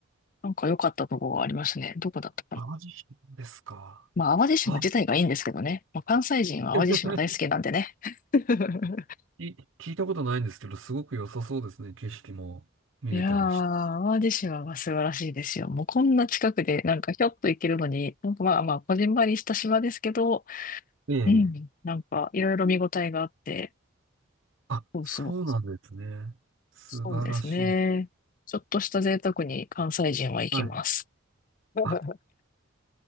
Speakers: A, on the left (about 40°); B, on the right (about 65°).
A: なんか良かったとこがありましたね。どこだったかな。
B: 淡路島ですか。
A: まあ淡路島自体がいいんですけどね。
B: あ、
A: まあ、関西人は淡路島大好きなんでね。
B: <laughs>
A: <laughs>
B: い聞いたことないんですけど、すごく良さそうですね。景色も見れたりし
A: いやー、
B: <laughs> て。
A: 淡路島は素晴らしいですよ。もうこんな近くで、なんかひょっと行けるのに、なんかまあまあ、こじんまりした島ですけど、
B: ええ
A: うん、なんかいろいろ見応えがあって、
B: あ、
A: そうそう、
B: そうなんですね。素晴らしい。
A: そうですね。ちょっとした贅沢に関西人は行きます。
B: はい。
A: <laughs>
B: あ、